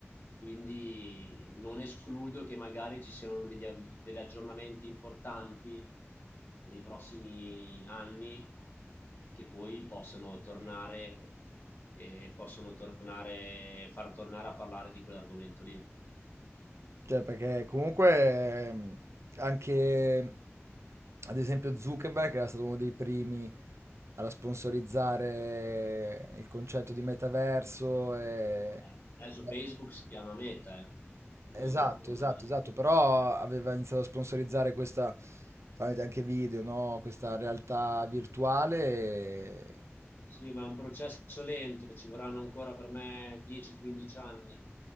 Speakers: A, on the left (about 50°); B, on the right (about 75°).
A: Quindi non escludo che magari ci siano degli, av- degli aggiornamenti importanti nei prossimi anni che poi possono tornare e possono tornare, far tornare a parlare di quell'argomento lì.
B: Cioè, perché comunque ehm, anche, ad esempio, Zuckerberg era stato uno dei primi a sponsorizzare il concetto di metaverso e...
A: Eh, Adesso
B: Beh,
A: Facebook si chiama Meta, eh. Non,
B: Esatto,
A: non-
B: esatto,
A: è
B: esatto, però aveva iniziato a sponsorizzare questa, tramite anche video, no? Questa realtà virtuale
A: Sì, ma è un processo lento, ci vorranno ancora per me 10-15 anni